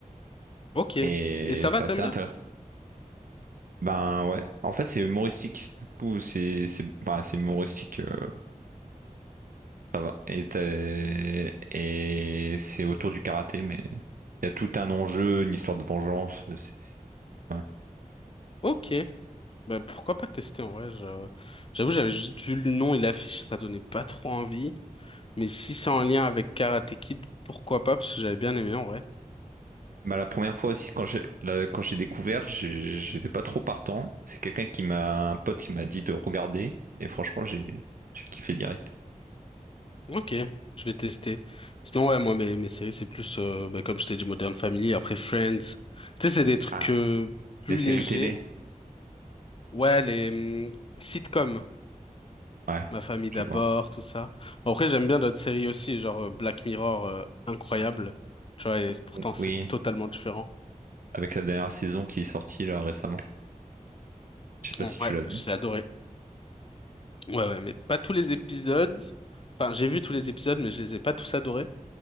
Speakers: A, on the left (about 40°); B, on the right (about 80°).
A: Ok.
B: Et
A: Et ça
B: c'est
A: va,
B: assez
A: t'aimes
B: intéressant.
A: bien?
B: Ben ouais, en fait, c'est humoristique. Du coup, c'est c'est ben, c'est humoristique, euh, ça va. Et, t'as- et c'est autour du karaté, mais il y a tout un enjeu, une histoire de vengeance. euh, c'est- voilà.
A: Ok. Bah, pourquoi pas tester en vrai? je- J'avoue, j'avais juste vu le nom et l'affiche, ça donnait pas trop envie. Mais si c'est en lien avec Karate Kid, pourquoi pas? Parce que j'avais bien aimé en vrai.
B: Ben, la première fois aussi, quand j'ai la- quand j'ai découvert, j'ai- j'étais pas trop partant. C'est quelqu'un qui m'a, un pote qui m'a dit de regarder. Et franchement, j'ai j'ai kiffé direct.
A: Ok, je vais tester. Sinon, ouais, moi, mes, mes séries, c'est plus, euh, bah, comme je t'ai dit, Modern Family, après Friends. Tu sais, c'est des trucs
B: Ah.
A: euh, plus
B: Des séries
A: légers.
B: télé?
A: Ouais, les hum, sitcoms.
B: Ouais,
A: Ma famille
B: je
A: d'abord,
B: vois.
A: tout ça. Bon, Après, j'aime bien d'autres séries aussi, genre euh, Black Mirror, euh, incroyable. Tu vois, et pourtant
B: O-
A: c'est
B: Oui,
A: totalement différent.
B: avec la dernière saison qui est sortie là récemment. Je sais pas
A: Ouais,
B: si tu l'as vue.
A: j'ai adoré. Ouais, ouais, mais pas tous les épisodes. Enfin, j'ai vu tous les épisodes, mais je les ai pas tous adorés.